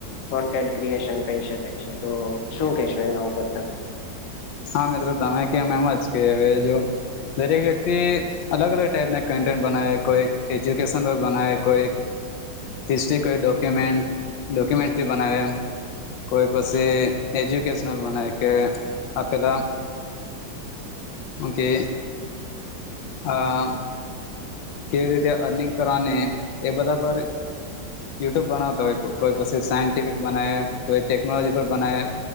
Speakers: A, on the left (about 60°); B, on the left (about 75°).
A: કોન્ટેન્ટ ક્રિએશન કહી શકાય છે તો શું કહેશો એના ઉપર તમે?
B: હા મિત્રો તમે કેમ એમ જ કે હવે જો દરેક વ્યક્તિ અલગ અલગ ટાઈપના કન્ટેન્ટ બનાવે કોઈ એજ્યુકેશન બનાવે કોઈ તીસરી કોઈ ડોક્યુમન્ટ ડોક્યુમન્ટ્રી બનાવે કોઈ પછી એજ્યુકેશનલ બના કે આપ પેલા ઓકે આ કેવી રીતે અર્નિંગ કરવાની એ બધા પર યુટ્યુબ બનાવતા હોય કોઈ પછી સાયન્ટિફિક બનાવે કોઈ ટેકનોલોજી પર બનાવે